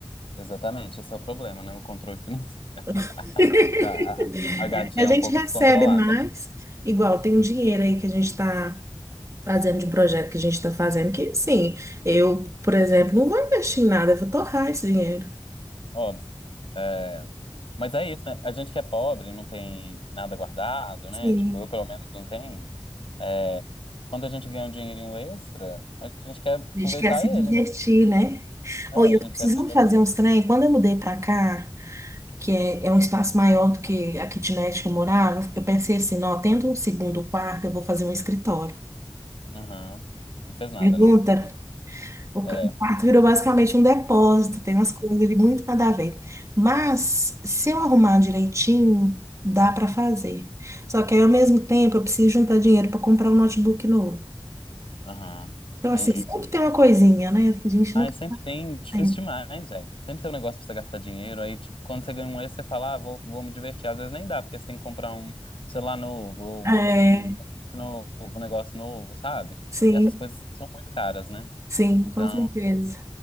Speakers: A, on the left; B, on the right.
A: exatamente, esse é o problema, né? O controle financeiro. <laughs>
B: <laughs>
A: A, a, a gatinha
B: A
A: é
B: gente
A: um pouco
B: recebe
A: descontrolada,
B: mais,
A: né?
B: igual tem
A: Hum,
B: um dinheiro aí que a gente está fazendo de um projeto que a gente está fazendo, que sim, eu, por exemplo, não vou investir em nada, eu vou torrar esse dinheiro.
A: óbvio. É, mas é isso, né? A gente que é pobre, não tem nada guardado,
B: Sim.
A: né? Tipo, eu pelo menos não tenho. É, quando a gente ganha um dinheirinho extra, a gente quer aproveitar
B: A gente quer se
A: ele,
B: divertir,
A: né?
B: né?
A: É,
B: Oi, eu
A: a gente
B: tô precisando
A: quer se jogar.
B: fazer uns trem. Quando eu mudei pra cá, que é, é um espaço maior do que a kitnet que eu morava, eu pensei assim, não, tendo um segundo quarto, eu vou fazer um escritório.
A: Aham. Não fez nada,
B: Pergunta,
A: né? <laughs>
B: o
A: É.
B: ca- o quarto virou basicamente um depósito, tem umas coisas ali muito nada a ver. Mas, se eu arrumar direitinho, dá pra fazer. Só que aí, ao mesmo tempo, eu preciso juntar dinheiro pra comprar um notebook novo.
A: Aham.
B: Então,
A: Entendi.
B: assim, sempre tem uma coisinha, né? A gente
A: Ah,
B: nunca
A: sempre tem. Difícil
B: tem.
A: demais, velho. Sempre tem um negócio pra você gastar dinheiro. Aí, tipo, quando você ganha um extra, você fala, ah, vou, vou me divertir. Às vezes nem dá, porque você tem que comprar um celular novo, ou
B: É,
A: um, um notebook novo, um negócio novo, sabe?
B: sim.
A: E essas coisas são muito caras, né?
B: Sim,
A: Então.
B: com certeza.